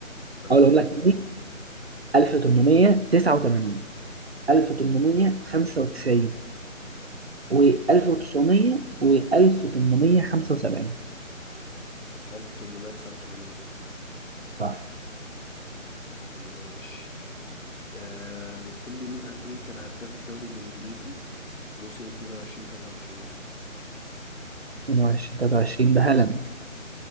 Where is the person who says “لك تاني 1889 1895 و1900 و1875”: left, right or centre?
Right